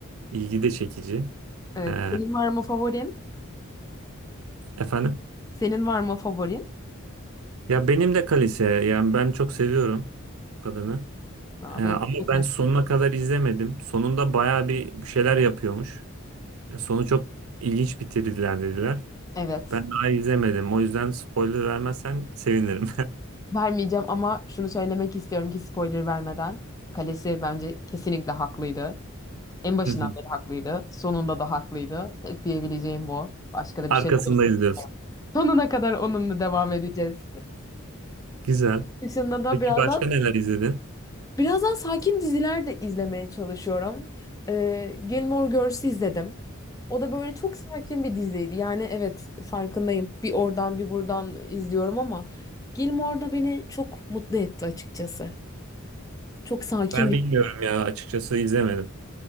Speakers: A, on the right; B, on the left.
A: İlgi de çekici.
B: Evet.
A: Ee,
B: Senin var mı favorin?
A: efendim?
B: Senin var mı favorin?
A: Ya benim de Kalise. Yani ben çok seviyorum bu kadını.
B: Aa,
A: Ee,
B: benim
A: ama
B: çok
A: ben
B: net.
A: sonuna kadar izlemedim. Sonunda bayağı bir şeyler yapıyormuş. E, sonu çok ilginç bitirdiler dediler.
B: Evet.
A: Ben daha izlemedim. O yüzden spoiler vermezsen sevinirim.
B: Vermeyeceğim ama şunu söylemek istiyorum ki spoiler vermeden. Kalesi bence kesinlikle haklıydı. En başından
A: <laughs>
B: beri haklıydı. Sonunda da haklıydı. Tek diyebileceğim bu. Başka da
A: Arkasında
B: bir şey söyle-
A: izliyorsun.
B: Sonuna kadar onunla devam edeceğiz.
A: Güzel.
B: <laughs> Dışında da
A: Peki
B: birazdan
A: başka neler izledin?
B: birazdan sakin diziler de izlemeye çalışıyorum. Ee, Gilmore Girls'ü izledim. O da böyle çok sakin bir diziydi. Yani evet farkındayım. Bir oradan bir buradan izliyorum ama Gilmore da beni çok mutlu etti açıkçası. Çok sakin
A: Ben
B: bir
A: bilmiyorum ya açıkçası izlemedim.